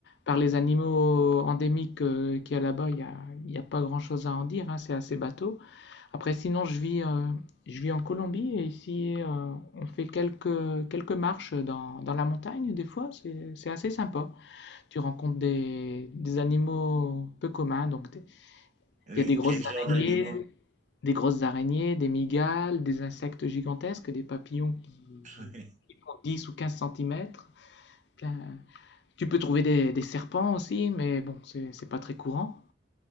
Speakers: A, on the left; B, on the right.
A: par les animaux euh, endémiques euh, qu'il y a là-bas, il n'y a, il y a pas grand-chose à en dire, hein, c'est assez bateau. Après, sinon, je vis, euh, je vis en Colombie, et ici, euh, on fait quelques, quelques marches dans, dans la montagne, des fois, c'est, c'est assez sympa. Tu rencontres des, des animaux peu communs, donc des,
B: Oui,
A: il y a des grosses
B: quel genre
A: araignées,
B: d'animaux?
A: des grosses araignées, des migales, des insectes gigantesques, des papillons qui,
B: <laughs> Mais
A: qui font 10 ou 15 centimètres. Plein- Tu peux trouver des, des serpents aussi, mais bon, c'est c'est pas très courant,